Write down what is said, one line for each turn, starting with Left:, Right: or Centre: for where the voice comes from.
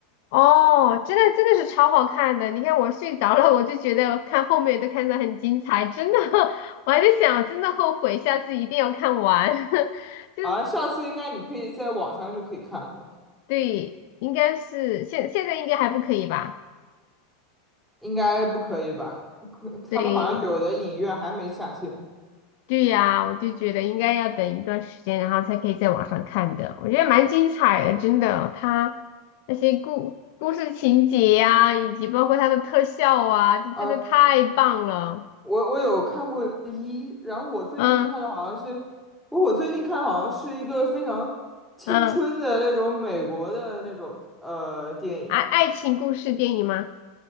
Left: 哦，真的真的是超好看的。你看我睡着了，我就觉得看后面都看得很精彩，真的。<laughs> 我还在想，真的后悔，下次一定要看完。<laughs> 就是
Centre: 啊，下次应该你可以在网上就可以看了吧？
Left: 对，应该是现现在应该还不可以吧？
Centre: 应该不可以吧？可他们好像有的影院还没下线。
Left: 对。对呀，我就觉得应该要等一段时间，然后才可以在网上看的。我觉得蛮精彩的，真的。它那些故故事情节呀、以及包括它的特效啊，这真的太棒了。
Centre: 啊。我我有看过一，然后我最近看的好像是，
Left: 嗯
Centre: 我我最近看好像是一个非常青春的那种美国的那种呃电影，
Left: 嗯，爱爱情故事电影吗？